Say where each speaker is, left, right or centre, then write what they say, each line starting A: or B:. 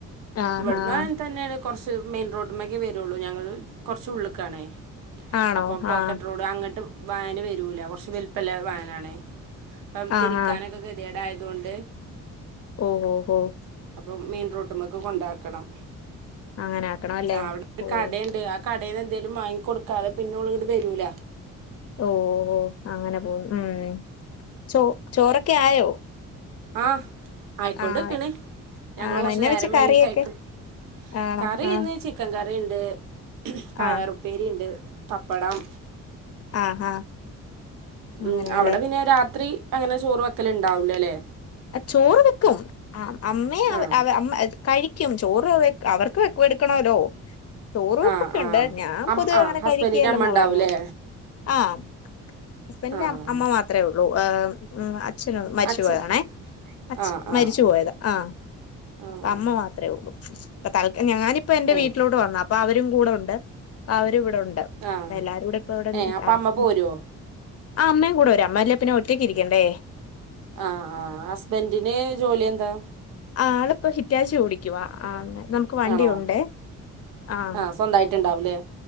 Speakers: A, on the left (about 50°); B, on the right (about 85°).
A: ആഹ്
B: ഇവിടുന്ന്
A: ആഹ്
B: അങ്ങനെ തന്നേണ് കുറച്ച് മെയിൻ റോഡിമ്മെക്കെ വരൊള്ളൂ ഞങ്ങള് കുറച്ച് ഉള്ളിൽക്ക് ആണേ
A: ആണോ
B: അപ്പം പോക്കറ്റ്
A: ആഹ്
B: റോഡ് അങ്ങട്ട് വാന് വരൂല കുറച്ച് വലിപ്പള്ള വാന് ആണേ ഇപ്പം
A: ആഹ്
B: തിരിക്കാനൊക്കെ
A: ആഹ്
B: ഗതി കേടായത് കൊണ്ട്
A: ഓഹ് ഓഹ് ഓഹ്
B: അപ്പം മെയിൻ റോട്ടുമ്മക്ക് കൊണ്ടാക്കണം
A: അങ്ങനെ ആക്കണം
B: പക്ഷെ
A: അല്ലേ
B: അവിടെ
A: ഓഹ്
B: കടേ ഇണ്ട് കടേൽന്ന് എന്തേലും വാങ്ങി കൊടുക്കാതെ പിന്നെ ഓള് ഇങ്ങട്ട് വരൂല
A: ഓഹ് ഓഹ് ഓഹ് അങ്ങനെ പോവുന്നു ഉം ചോ ചോറ് ഒക്കെ ആയോ
B: ആഹ് ആയിക്കൊണ്ട്
A: ആഹ്
B: നിക്ക്ണ് ഞങ്ങള്
A: ആണോ
B: കൊറച്ചു
A: എന്നാ
B: നേരം
A: വെച്ച് കറിയൊക്കെ
B: വൈകി കഴിക്ക
A: ആണോ
B: കറി
A: ആഹ്
B: ഇന്ന് ചി ചിക്കൻ കറിണ്ട് പയറുപ്പേരി
A: ആഹ്
B: ഉണ്ട് പപ്പടം
A: ആഹ് ആഹ് അങ്ങനെയല്ലേ
B: ഉം അവിടെ പിന്നെ രാത്രി അങ്ങനെ ചോറ് വെക്കല് ഇണ്ടാവൂല അല്ലേ
A: അഹ് ചോറ് വെക്കും ആഹ് അമ്മെ അവ്
B: ആഹ്
A: അവ അമ്മ കഴിക്കും ചോറ് വെ അവർക്ക് വെക്കും എടുക്കണല്ലോ ചോറ് വെപ്പൊക്കെ
B: ആഹ് ആഹ്
A: ഉണ്ട് ഞാൻ
B: അം
A: പൊതുവേ
B: ആഹ്
A: അങ്ങനെ
B: ഹസ്ബൻഡിന്റെ
A: കഴിക്കയില്ല
B: അമ്മ
A: എന്നാ
B: ഉണ്ടാവൂലേ
A: പറഞ്ഞേ ഉള്ളു ആഹ് ഹസ്ബന്റിന്റെ
B: ആഹ്
A: അം അമ്മ മാത്രേ ഉള്ളൂ ആഹ് ഉം അച്ഛനും മരിച്ചു
B: അച്ഛൻ
A: പോയതാണെ അച്ഛൻ
B: ആഹ്
A: മരിച്ചു
B: ആഹ്
A: പോയതാ ആഹ്
B: ആഹ്
A: അമ്മ മാത്രേ ഉള്ളൂ അപ്പൊ തല്ക്കാലം ഞാന് ഇപ്പ എന്റെ
B: ഏഹ്
A: വീട്ടിലോട്ട് വന്ന് അപ്പൊ അവരും കൂടെ ഉണ്ട് അവരും ഇവിടെ ഉണ്ട്
B: ആഹ്
A: അപ്പൊ എല്ലാരൂടെ ഇപ്പ അവിടെ
B: ഏഹ്
A: <unintelligible>
B: അപ്പ
A: ആഹ്
B: അമ്മ പോരോ
A: അമ്മയും കൂടെ വരും അമ്മ ഇല്ലേൽ പിന്നെ ഒറ്റക്ക് ഇരിക്കണ്ടേ
B: ആഹ് ആഹ് ഹസ്ബൻഡിന് ജോലി എന്താ
A: ആഹ് ആളിപ്പോ ഹിറ്റാച്ചി ഓടിക്കുവാ ആഹ് വണ്ടിയുണ്ടേ
B: ആണോ
A: ആഹ്
B: ആ സ്വന്തമായിട്ട് ഉണ്ടാവൂല്ലേ